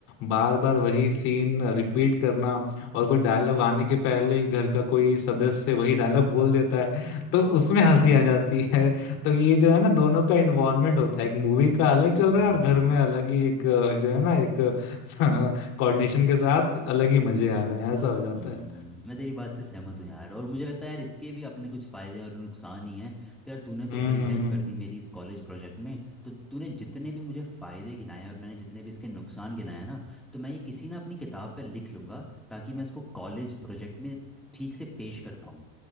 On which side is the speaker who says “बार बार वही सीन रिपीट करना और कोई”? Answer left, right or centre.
Left